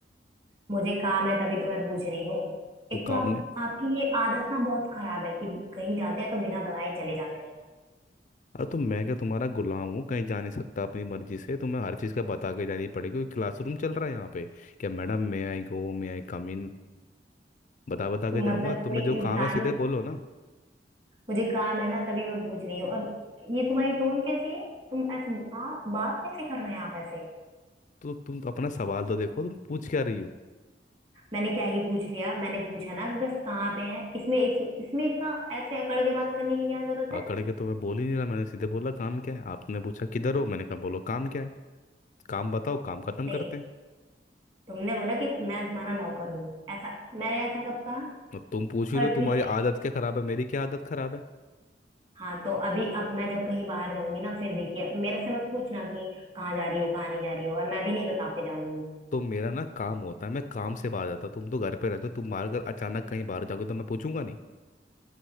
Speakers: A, on the right; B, on the left.
A: मुझे काम है तभी तो मैं पूछ रही हूँ
B: तो
A: एक
B: काम
A: तो आप
B: ने
A: आपकी ये आदत ना बहुत खराब है कि कहीं जाते हैं तो बिना बताए चले जाते हैं
B: अरे तो मैं क्या तुम्हारा गुलाम हूँ कहीं जा नहीं सकता अपनी मर्जी से तुम्हें हर चीज़ का बता के जानी पड़ेगी क्योंकि क्लासरूम चल रहा है यहाँ पे क्या मैडम मे आई गो मे आई कम इन बता बता
A: तो
B: के जाऊँगा
A: मतलब
B: तुम्हें
A: कोई
B: जो
A: इंसान
B: काम है सीधे बोलो ना
A: मुझे काम है ना तभी मैं पूछ रही हूँ और ये तुम्हारी टोन कैसी है तुम ऐसे आप बात कैसे कर रहे हैं आप ऐसे
B: तो तुम अपना सवाल तो देखो तुम पूछ क्या रही हो
A: मैंने क्या ही पूछ लिया मैंने पूछा ना कि बस कहाँ पे है इसमें इस, इसमें इतना ऐसे अकड़ के बात करने की क्या जरूरत है
B: आकड़ के तो मैं बोल ही नहीं रहा मैंने सीधे बोला काम क्या है आपने पूछा किधर हो मैंने कहा बोलो काम क्या है काम बताओ काम खत्म
A: नहीं
B: करते हैं
A: तुमने बोला कि मैं तुम्हारा नौकर हूँ ऐसा मैंने ऐसा कब कहा
B: और तुम पूछ ही रहे
A: और
B: हो तुम्हारी
A: ठीक है
B: आदत क्या खराब है मेरी क्या आदत खराब है
A: हाँ तो अभी अब मैं जब कहीं बाहर जाऊंगी ना फिर देखिए मेरे से मत पूछना कि कहाँ जा रही हो कहाँ नहीं जा रही हो और मैं भी नहीं बता के जाऊंगी
B: तो मेरा ना काम होता है मैं काम से बाहर जाता हूँ तुम तो घर पे रहते हो तुम बाहर अगर अचानक कहीं बाहर जाओगे तो मैं पूछूंगा नहीं